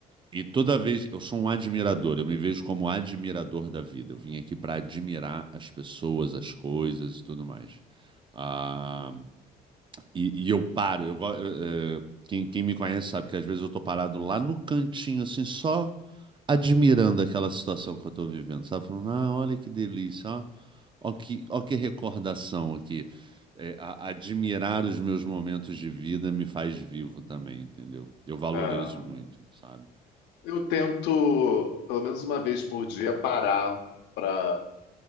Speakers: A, on the right; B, on the left.
A: e toda vez, eu sou um admirador, eu me vejo como admirador da vida, eu vim aqui para admirar as pessoas, as coisas e tudo mais. Ah, e, e eu paro. Eu, go- eh, eh, quem, quem me conhece sabe que às vezes eu tô parado lá no cantinho, assim, só admirando aquela situação que eu tô vivendo, sabe? Falando, ah, olha que delícia, ó, ó que, ó que recordação aqui. Eh, a- admirar os meus momentos de vida me faz vivo também, entendeu? Eu valorizo
B: é.
A: muito, sabe?
B: Eu tento, pelo menos uma vez por dia, parar para